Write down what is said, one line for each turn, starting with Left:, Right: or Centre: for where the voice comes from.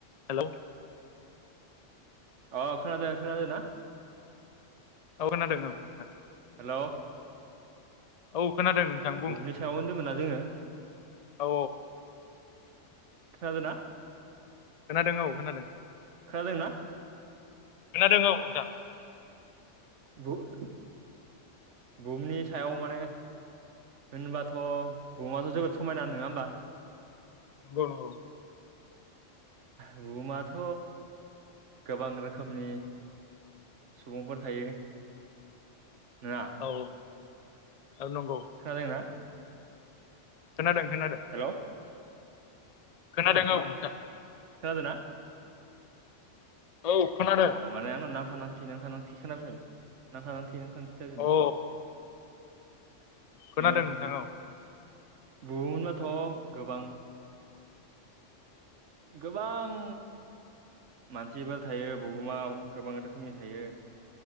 Left: हेलौ
Right: अ खोनादों खोनादों ना?
Left: औ खोनादों औ नोंथां
Right: हेल'
Left: औ खोनादों। नोंथां
Right: अ
Left: बुं
Right: बुहुमनि सायाव होनदोंमोनना जोङो
Left: औ
Right: खोनादोंना!
Left: खोनादों औ खोनादों।
Right: खोनादों ना?
Left: खोनादों औ नोंथां
Right: ओ <inaudible> बिनि सायाव माने होनबाथ' बुहुमाथ' जोबोद समायना नङा होनोमबा
Left: नंगौ नंगौ
Right: बुहुमाथ' गोबां रोखोमनि सुबुंफोर थायो नङा।
Left: औ आ नंगौ।
Right: खोनादों ना?
Left: खोनादों खोनादों।
Right: हेल'।
Left: खोनादों औ।
Right: खोनादोंना
Left: औ खोनादों।
Right: अ माने आंनाव नांथा नांथि नाथां नांथि खोनाबाय थादों थै नांथां थिसोनो
Left: औ खोनादों
Right: ओ
Left: नोंथां औ
Right: बनोबाथ' गोबां गोबां मानसिफोर थायो बुहुमाव गोबां रोखोमनि थायो।